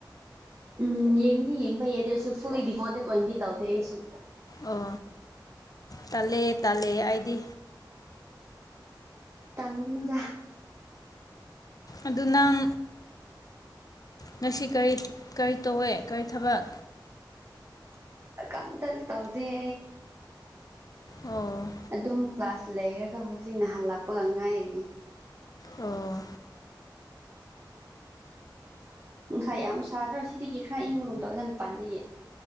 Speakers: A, on the right; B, on the left.
A: ꯎꯝ ꯌꯦꯡꯕꯨꯗꯤ ꯌꯦꯡꯕ ꯌꯥꯏꯗꯔꯁꯨ ꯐꯨꯜꯂꯤ ꯗꯤꯚꯣꯇꯦꯠ ꯑꯣꯏꯅꯗꯤ ꯇꯧꯗꯦ ꯑꯩꯁꯨ
B: ꯑꯣ ꯇꯥꯜꯂꯦ ꯇꯥꯜꯂꯦ ꯑꯩꯗꯤ
A: ꯇꯥꯡꯒꯅꯨꯗ
B: ꯑꯗꯨ ꯅꯪ ꯉꯁꯤ ꯀꯔꯤ ꯀꯔꯤ ꯇꯧꯋꯦ ꯀꯔꯤ ꯊꯕꯛ
A: ꯀꯝ ꯇꯜ ꯇꯗꯦ
B: ꯑꯣ
A: ꯑꯗꯨꯝ ꯀ꯭ꯂꯥꯁ ꯂꯩꯔꯒ ꯍꯧꯖꯤꯛꯅ ꯍꯜꯂꯛꯄꯒ ꯉꯥꯏꯔꯤ꯫
B: ꯑꯣ
A: ꯅꯨꯡꯁꯥ ꯌꯥꯝ ꯁꯥꯗ꯭ꯔꯣ ꯁꯤꯗꯒꯤ ꯈꯔ ꯏꯪꯕꯒꯨꯝ ꯇꯧꯗ ꯃꯄꯥꯟꯗꯒꯤ